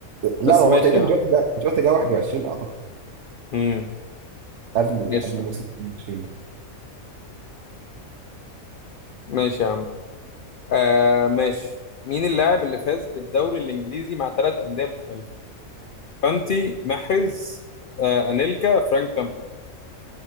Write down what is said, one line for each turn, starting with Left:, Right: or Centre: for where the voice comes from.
Left: بس
Right: لا ما هو
Left: ماشي
Right: تقريبا
Left: يا عم
Right: جوتا جا جوتا جا 21 اعتقد
Left: امم
Right: قبل
Left: ماشي
Right: قبل
Left: يا عم
Right: موسم 22 ده
Left: ماشي يا عم آه ماشي مين اللاعب اللي فاز بالدوري الانجليزي مع ثلاث انديه مختلفه كانتي محرز آه انيلكا فرانك لامبرد